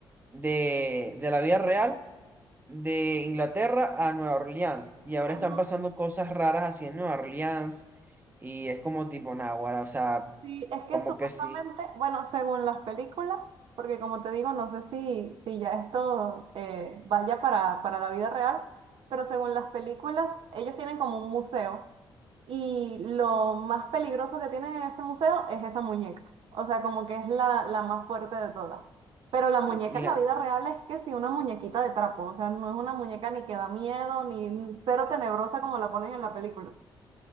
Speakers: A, on the right; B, on the right.
A: de, de la vida real de Inglaterra a Nueva Orleans. Y ahora
B: Ujú.
A: están pasando cosas raras así en Nueva Orleans. Y es como tipo náguara, o sea,
B: Sí, es que
A: como
B: supuestamente,
A: que sí.
B: bueno, según las películas, porque como te digo, no sé si, si ya esto eh, vaya para, para la vida real, pero según las películas, ellos tienen como un museo y lo más peligroso que tiene ese museo es esa muñeca, o sea, como que es la, la más fuerte de todas. Pero la muñeca
A: Y,
B: en
A: y la,
B: la vida real es que sí, una muñequita de trapo, o sea, no es una muñeca ni que da miedo, ni cero tenebrosa como la ponen en la película.